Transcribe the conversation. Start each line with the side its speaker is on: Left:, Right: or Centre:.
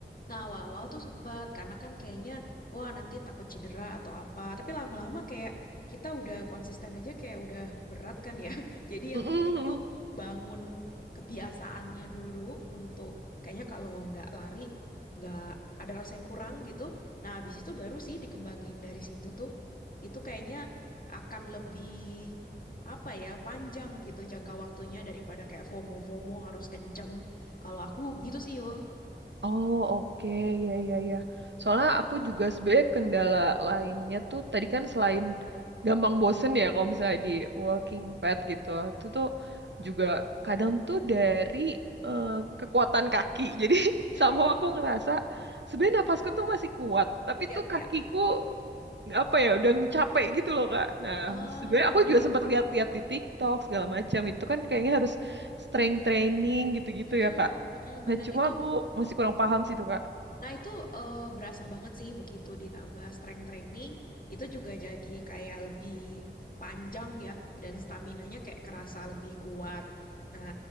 Left: Nah, awal-awal tuh sempet, karena kan kayaknya, wah nanti takut cedera atau apa. Tapi lama-lama kayak kita udah konsisten aja kayak udah berat kan ya. <laughs> Jadi yang
Right: Mm-mm.
Left: penting tuh bangun kebiasaannya dulu untuk kayaknya kalau nggak lari, nggak ada rasa yang kurang gitu. Nah, habis itu baru sih dikembangin dari situ tuh. Itu kayaknya akan lebih apa ya panjang gitu jangka waktunya daripada kayak FOMO-FOMO harus kenceng. Kalau aku gitu sih yo.
Right: Oh oke ya ya ya. Soalnya aku juga sebenarnya kendala lainnya tuh tadi kan selain gampang bosen ya kalau misalnya
Left: <laughs>
Right: di walking pad gitu, itu tuh juga kadang tuh dari eh, kekuatan kaki. <laughs> Jadi
Left: Mm,
Right: sama aku
Left: mm,
Right: ngerasa
Left: mm, mm.
Right: sebenarnya napasku tuh masih kuat, tapi
Left: Ya,
Right: tuh
Left: ya.
Right: kakiku apa ya udah capek gitu loh Kak. Nah
Left: Ah,
Right: sebenarnya aku
Left: ya, ya.
Right: juga sempat lihat-lihat di TikTok segala macam itu kan kayaknya harus strength training gitu-gitu
Left: Mm-mm,
Right: ya Kak.
Left: mm-mm,
Right: Nah,
Left: bener
Right: cuma
Left: itu
Right: aku masih kurang paham sih tuh, Kak.
Left: Nah, itu eh, berasa banget sih begitu ditambah strength training, itu juga jadi kayak lebih panjang ya, dan staminanya kayak kerasa lebih kuat. Nah,